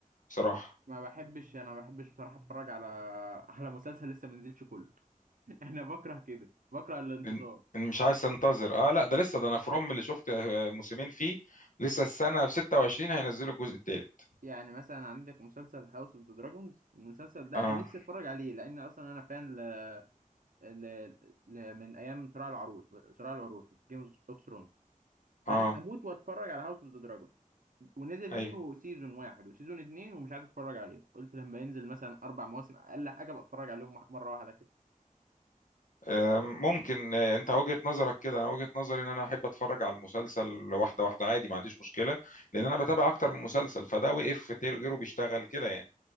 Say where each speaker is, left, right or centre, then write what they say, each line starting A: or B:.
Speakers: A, on the left; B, on the right.
A: بصراحة
B: ما بحبش انا ما بحبش بصراحه اتفرج على <laughs> على مسلسل لسه ما نزلش كله <laughs> انا بكره كده بكره الانتظار
A: إن- إن مش عايز انتظر اه لا ده
B: اه
A: لسه ده انا فروم اللي شفت آه، موسمين فيه لسه السنة في 26 هينزلوا الجزء التالت
B: يعني مثلا عندك مسلسل هاوس اوف ذا دراجونز المسلسل ده
A: اه
B: انا نفسي اتفرج عليه لان اصلا انا فان ل... ل... ل... من ايام صراع العروش صراع العروش جيم اوف ثرونز فانا
A: اه
B: هموت واتفرج على هاوس اوف ذا دراجون ونزل
A: ايوه
B: منه سيزون واحد وسيزون اتنين ومش عايز اتفرج عليه قلت لما ينزل مثلا اربع مواسم اقل حاجه بتفرج عليهم مح- مره واحده كده
A: أم، ممكن أه، انت وجهة نظرك كده انا وجهة نظري ان انا احب اتفرج على المسلسل واحده واحده عادي ما عنديش مشكله لان
B: مم.
A: انا بتابع اكتر من مسلسل فده وقف تيرو- غيره بيشتغل كده يعني